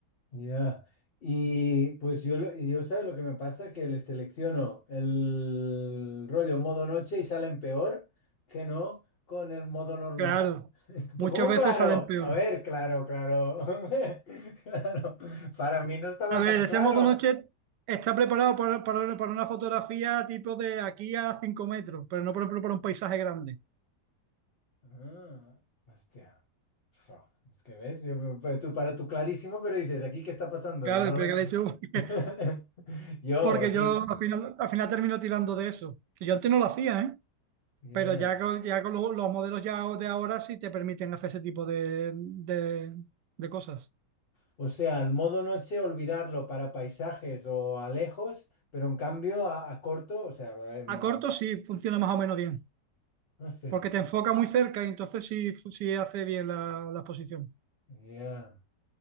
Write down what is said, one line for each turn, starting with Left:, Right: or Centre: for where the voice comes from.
Left: Ya, Y pues yo, lo- y yo sabes lo que me pasa, que les selecciono el rollo modo noche y salen peor que no con el modo normal.
Right: Claro,
Left: <laughs> Pues,
Right: muchas
Left: ¿Cómo
Right: veces
Left: claro?
Right: salen peor.
Left: A ver, claro, claro. <laughs> Claro, para mí no estaba
Right: A ver,
Left: tan
Right: ese
Left: claro.
Right: modo noche está preparado por- para, para una fotografía tipo de aquí a 5 metros, pero no por ejemplo para un paisaje grande.
Left: Ah, hostia. Fua, Es que ves, yo me- para tú, para tú clarísimo, pero dices, ¿aquí qué está pasando?
Right: Claro,
Left: Yo no lo
Right: pero
Left: veo.
Right: que le hice un- <laughs>
Left: <laughs> Yo,
Right: porque
Left: aquí.
Right: yo al final, al final termino tirando de eso. Y yo antes no lo hacía, ¿eh?
Left: Yeah.
Right: Pero ya con, ya con lo- los, modelos ya de ahora sí te permiten hacer ese tipo de, de- de cosas.
Left: O sea, el modo noche olvidarlo para paisajes o a lejos, pero en cambio a, a corto, o sea, em,
Right: A corto sí funciona más o menos bien,
Left: no sé,
Right: porque te enfoca muy cerca y entonces sí, sí hace bien la, la exposición.
Left: ya.